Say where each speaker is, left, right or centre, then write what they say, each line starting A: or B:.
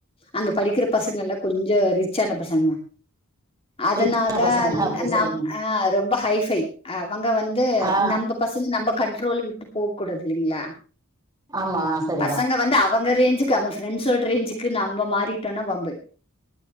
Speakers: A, on the left (about 25°); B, on the right (about 15°).
A: அங்க படிக்கற பசங்க எல்லா கொஞ்சோ ரிச்சான பசங்க அதனால
B: ரிச்சான பசங்க
A: ன்
B: அப்டி
A: நாம்
B: சொல்லுங்க
A: அ ரொம்ப ஹைஃபை அவங்க வந்து
B: ஆ
A: நம்ப பசங்க நம்ப கண்ட்ரோல விட்டு போவ் கூடாது இல்லிங்ளா
B: ஆமா சரிதா
A: பசங் க வந்து அவங்க ரேஞ்சுக்கு அவ ஃரெண்ட்ஸோட ரேஞ்சுக்கு நம்ம மாறிட்டோன்னா வம்பு